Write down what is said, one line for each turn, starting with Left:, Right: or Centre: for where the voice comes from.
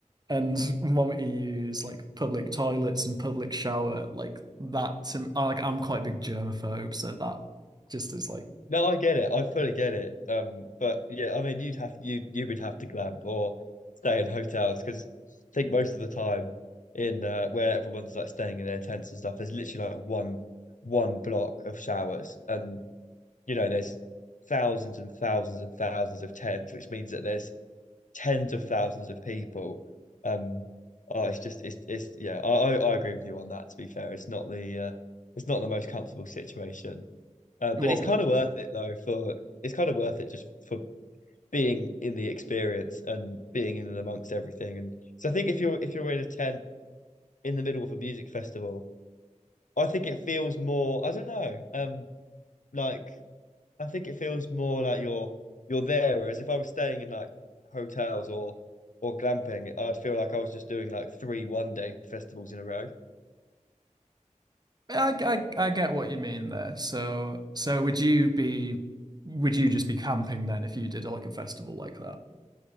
Right: and want me to use like public toilets and public shower, like that to I- like I'm quite a big germaphobe, so that just is like
Left: no, I get it. I fully get it. Um, but yeah, I mean, you'd have you you would have to glamp or stay in hotels because I think most of the time in uh, where everyone's like staying in their tents and stuff, there's literally like one one block of showers, and you know there's thousands and thousands and thousands of tents, which means that there's tens of thousands of people. Um, oh, it's just it's it's yeah. I I I agree with you on that. To be fair, it's not the uh, it's not the most comfortable situation, uh, but
Right: well,
Left: it's kind of worth it though. For it's kind of worth it just for being in the experience and being in and amongst everything. And so I think if you're if you're in a tent in the middle of a music festival, I think it feels more. I don't know. Um, like I think it feels more like you're you're there, whereas if I was staying in like hotels or or glamping, I'd feel like I was just doing like three one day festivals in a row.
Right: Yeah, I, I I get what you mean there. So so would you be would you just be camping then if you did like a festival like that?